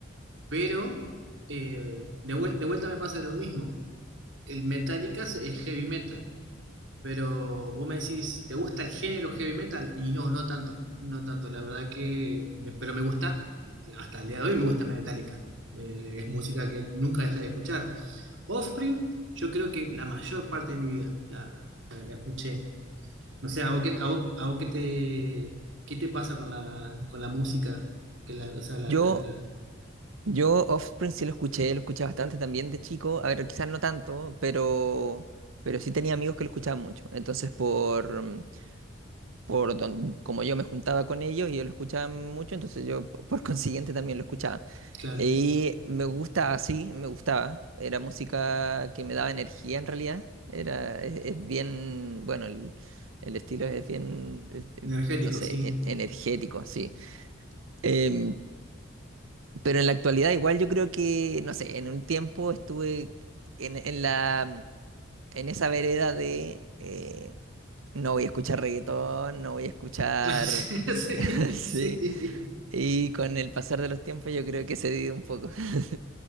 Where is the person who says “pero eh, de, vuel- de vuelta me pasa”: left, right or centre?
Right